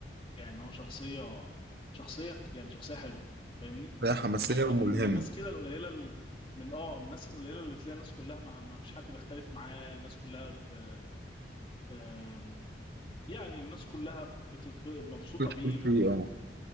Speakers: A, on the left (about 30°); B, on the right (about 55°).
A: يعني هو شخصيه شخصيه يعني شخصيه حلوه فاهمني
B: هي حماسيه
A: مش
B: وملهمه
A: من من الناس كده القليله ال- من اه من الناس القليله اللي تلاقي الناس كلها مع ما فيش حد بيختلف معاه الناس كلها ب... آم، يعني الناس كلها بتتب... مبسوطه
B: تشكر
A: بيه ما
B: فيه
A: ما-
B: اه